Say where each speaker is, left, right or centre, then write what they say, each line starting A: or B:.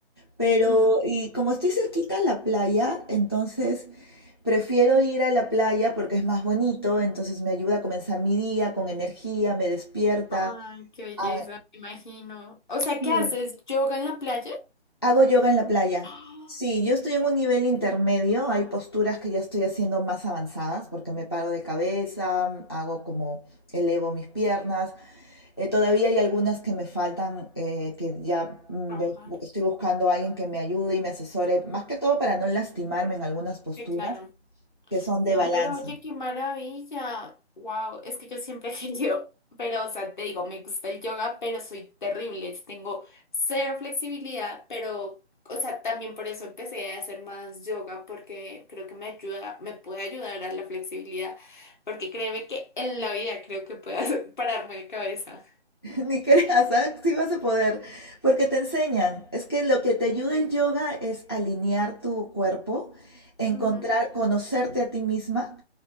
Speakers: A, on the left; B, on the left.
A: pero
B: Ujú.
A: y como estoy cerquita a la playa, entonces prefiero ir a la playa porque es más bonito, entonces me ayuda a comenzar mi día con energía, me despierta.
B: Ay, qué belleza,
A: Ah,
B: me imagino. O sea,
A: sí,
B: ¿qué haces? ¿Yoga en la playa?
A: hago yoga en la playa.
B: <gasps> ¡Ah!
A: Sí, yo estoy en un nivel intermedio, hay posturas que ya estoy haciendo más avanzadas porque me paro de cabeza, hago como elevo mis piernas. Eh, todavía hay algunas que me faltan, eh, que ya mm,
B: Trabajar.
A: ve- bu- estoy buscando a alguien que me ayude y me asesore, más que todo para no lastimarme en algunas posturas
B: Sí, claro.
A: que son de
B: No,
A: balance.
B: pero oye, qué maravilla. Wow, es que yo siempre <laughs> he querido, pero o sea, te digo, me gusta el yoga, pero soy terrible. Tengo cero flexibilidad, pero o sea, también por eso empecé a hacer más yoga porque creo que me ayuda, me puede ayudar a la flexibilidad, porque créeme que en la vida creo que puedo <laughs> pararme de cabeza.
A: <laughs> Ni creas, ¿ah? Sí vas a poder, porque te enseñan. Es que lo que te ayuda el yoga es alinear tu cuerpo, encontrar,
B: Ujú,
A: conocerte a ti misma,